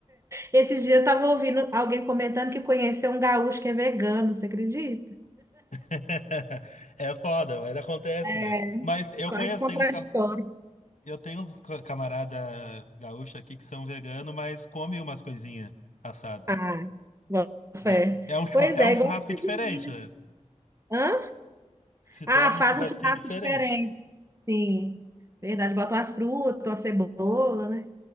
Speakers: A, on the right; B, on the left.
A: Esses dias eu tava ouvindo alguém comentando que conheceu um gaúcho que é vegano, você acredita?
B: <laughs> É foda, mas acontece,
A: é
B: né? Mas eu
A: quase
B: conheço,
A: contraditório.
B: tem uns, cam- eu tenho uns ca- camarada gaúcho aqui que são vegano, mas comem umas coisinhas assadas.
A: Ah, boto fé.
B: Go- É um churra-
A: Pois
B: é
A: é,
B: um churrasco
A: igual você
B: diferente,
A: de Minas.
B: né?
A: Hã?
B: Se torna
A: Ah, faz
B: um churrasquinho
A: um churrasco
B: diferente.
A: diferente. Sim, verdade. Bota as frutas, uma cebola, né?